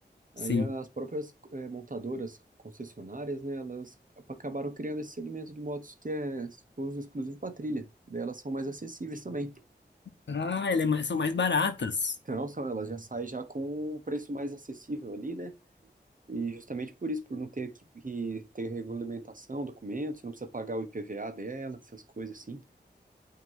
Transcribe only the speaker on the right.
Aí as próprias eh, montadoras, concessionárias, né, elas acabaram criando esse segmento de motos que é uso exclusivo para trilha. Daí elas são mais acessíveis também.
Então, são, elas já saem já com um preço mais acessível ali, né? E justamente por isso, por não ter que, que ter regulamentação, documentos, você não precisa pagar o IPVA dela, essas coisas assim.